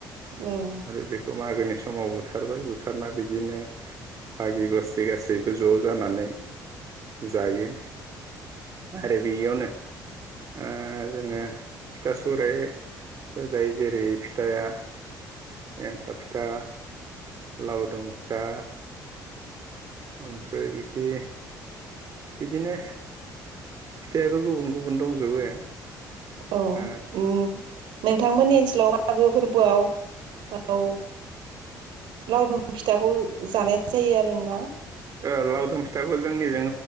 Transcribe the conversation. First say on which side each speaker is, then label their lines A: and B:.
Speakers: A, on the right (about 75°); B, on the right (about 45°).
A: उम।
B: आरो बेखौ मागोनि समाव बुथारबाय बुथारना बिदिनो फागि गस्थि गासैबो ज' जानानै जायो आरो बेयावनो ओ जोङो फिथा सौराइबो जायो जेरै फिथाया एन्थाब फिथा लावदुम फिथा ओमफ्राय बिखि बिदिनो फिथाआबो गुबुन गुबुन दंजोबो।
A: उम
B: ओ
A: नोंथांमोननि ओनसोलाव मागो फोरबोआव औ लावदुम फिथाखौ जानाय जायो आरोना?
B: ओ लावदुम फिथाखौ जोंनिजों